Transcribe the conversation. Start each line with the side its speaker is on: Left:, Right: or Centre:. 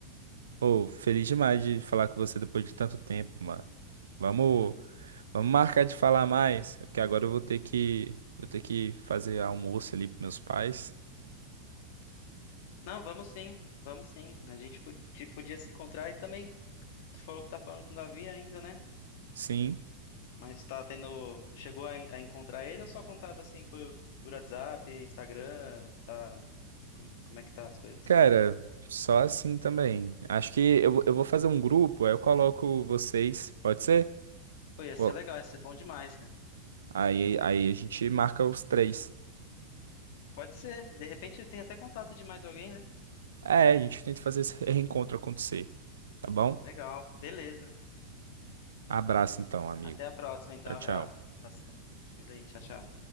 Right: Ô, feliz demais de falar com você depois de tanto tempo, mano. Vamos,
Left: Uhum.
Right: vamos marcar de falar mais, porque agora eu vou ter que, vou ter que fazer almoço ali pros meus pais.
Left: Não, vamos sim. Vamos sim. A gente po- te- podia se encontrar e também tu falou que tá falando com o Davi ainda, né?
Right: Sim.
Left: Mas tá tendo. Chegou a, a encontrar ele ou só contato assim por, por WhatsApp, Instagram? Tá. Como, como é que tá as coisas?
Right: Cara, só assim também. Acho que eu, vou- eu vou fazer um grupo, aí eu coloco vocês, pode ser?
Left: Pô, ia
Right: Co-
Left: ser legal, ia ser bom demais, cara.
Right: Aí, aí a gente marca os três.
Left: Pode ser. De repente ele tem até contato de mais alguém, né?
Right: É, a gente tenta fazer esse <laughs> reencontro acontecer, tá bom?
Left: Legal. Beleza.
Right: Abraço então, amigo.
Left: Até a próxima, então.
Right: Tchau,
Left: Abraço,
Right: tchau.
Left: cara. Se cuida aí. Tchau, tchau.